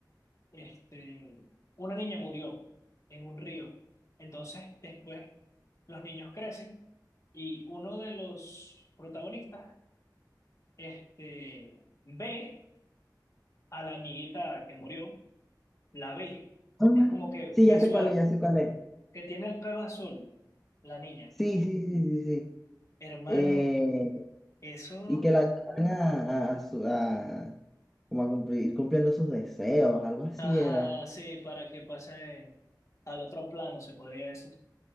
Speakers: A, on the left; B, in the centre.
A: este, una niña murió en un río. Entonces, después los niños crecen y uno de los protagonistas este, ve a la amiguita que murió, la ve.
B: Ah,
A: Es como que
B: Sí,
A: ve
B: ya sé
A: su
B: cuál
A: alma,
B: es, ya sé cuál es.
A: que tiene el pelo azul, la niña.
B: Sí, sí, sí, sí, sí.
A: Hermano,
B: Eh,
A: eso,
B: y que la ayudan a, a, a su- a- como a cumplir, ir cumpliendo sus deseos, algo así
A: ajá,
B: era.
A: sí, para que pase al otro plano, se podría decir.